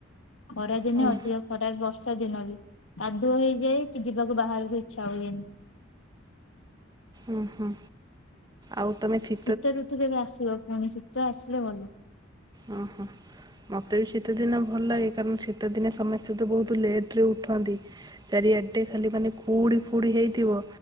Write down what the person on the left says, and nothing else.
ଖରା ଦନେ
ଅଧିଅ ଖରା ବର୍ଷା ଦିନ ବି କାଦୁଅ ହେଇଯାଏ କି ଯିବାକୁ ବାହାରୁକୁ ଇଚ୍ଛା ହୁଏନି।
ଶୀତ ଋତୁ କେବେ ଆସିବ ପୁଣି ଶୀତ ଆସିଲେ ଭଲ।